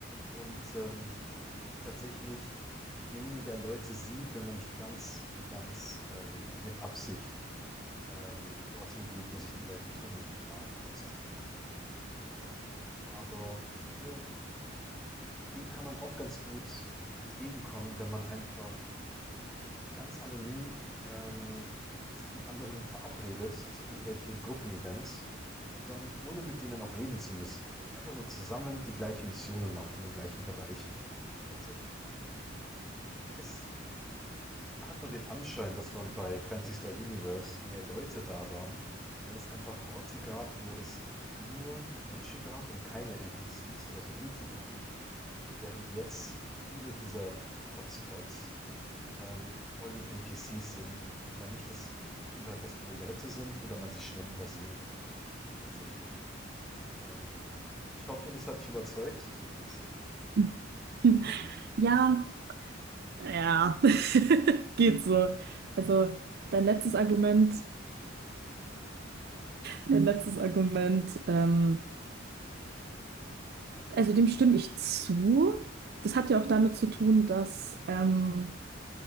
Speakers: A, in the centre; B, on the right.
A: und ähm, tatsächlich weniger Leute sieht, wenn man nicht ganz, ganz ähm, mit Absicht ähm, dorthin geht, wo sich die Leute tummeln, am Marktplatz zum Beispiel. Aber ich finde, dem kann man auch ganz gut entgegenkommen, wenn man einfach ganz anonym ähm, sich mit anderen verabredet zu irgendwelchen Gruppenevents und dann, ohne mit denen auch reden zu müssen, einfach nur zusammen die gleichen Missionen macht in den gleichen Bereichen tatsächlich. Es Hat nur den Anschein, dass man bei Phantasy Star Universe mehr Leute da waren, weil es einfach Orte gab, wo es nur Menschen gab und keine NPCs oder so gut wie keine. Während jetzt viele dieser Hotspots ähm, voll mit NPCs sind und man nicht das Gefühl hat, dass viele Leute sind oder man sie schnell übersehen kann. Tatsächlich. Ähm, ich hoffe, das hat dich überzeugt, so ein bisschen.
B: <laughs> Ja, ja, <laughs> geht so. Also dein
A: Schade.
B: letztes Argument, dein letztes Argument, ähm, also dem stimme ich zu. Das hat ja auch damit zu tun, dass ähm,